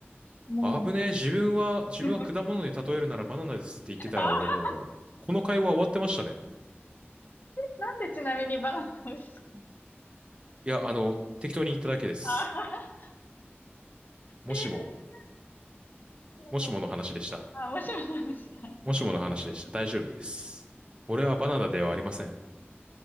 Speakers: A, on the left; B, on the right.
A: もう、
B: 危ねえ、自分は、自分は果物で例えるならバナナですって言ってたら、
A: <laughs> あ、
B: 俺もう、この会話終わってましたね。
A: なんでちなみにバナナなんですか
B: いや、あの、適当に言っただけです。
A: あ
B: もしも、
A: ー <laughs> えーいや、
B: もしもの話でした。
A: あ、面白い話。<laughs> い
B: もしもの話でした。大丈夫です。俺はバナナではありません。